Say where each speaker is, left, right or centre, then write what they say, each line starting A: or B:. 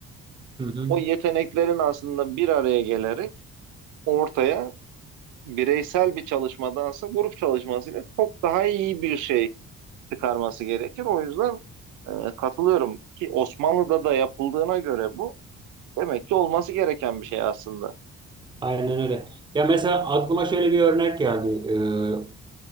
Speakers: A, on the right; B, on the right.
A: Hı hı.
B: o yeteneklerin aslında bir araya gelerek ortaya bireysel bir çalışmadansa grup çalışmasıyla çok daha iyi bir şey çıkarması gerekir. O yüzden e, katılıyorum ki Osmanlı'da da yapıldığına göre bu demek ki olması gereken bir şey aslında.
A: Aynen öyle. Ya mesela aklıma şöyle bir örnek geldi. E,